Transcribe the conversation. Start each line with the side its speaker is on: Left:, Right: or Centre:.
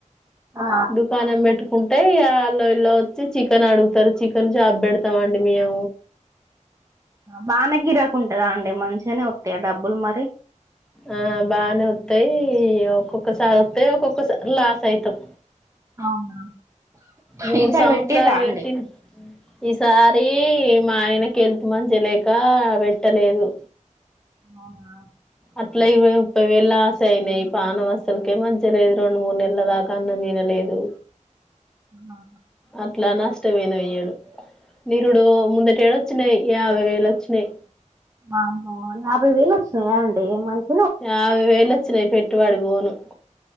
Right: ఆ
Centre: దుకాణం పెట్టుకుం అంటే ఇ అలో ఇల్లో వచ్చి చికెన్ అడుగుతారు చికెన్ షాప్ పెడతామండి మియౌ
Right: బానే గిరాకు ఉంటదా అండి మంచిగనే వత్తయ డబ్బులు మరి
Centre: ఆ బానే వత్తయ్ ఒక్కొక్కసారి వత్తయ్ ఒక్కొక్కసారి లాస్ అయితాం
Right: అవునా
Centre: మూడు
Right: ఈసారి
Centre: సంవత్సరాలు
Right: పెట్టిర్రా అండి
Centre: పెట్టిన ఈ సారి మా ఆయనకి హెల్త్ మంచి లేకా పెట్టలేదు
Right: అవున
Centre: అట్లా ఇరవై ముప్పై వేళ్ లాస్ అయినయ్ పానం అస్సలుకే మంచిగ లేదు రెండు మూడు నెలదా అన్నం తినలేదు
Right: ఆ
Centre: అట్లా నష్టమైన వెయ్యడు నిరుడు ముందట ఏడ వచ్చినయ్ యాభై వేలు వచ్చినయ్
Right: అవును ఆ యాభై వేలు వచ్చినయా అండి మంచి
Centre: యాభై వేలు వచ్చినాయి పెట్టుబడి పోను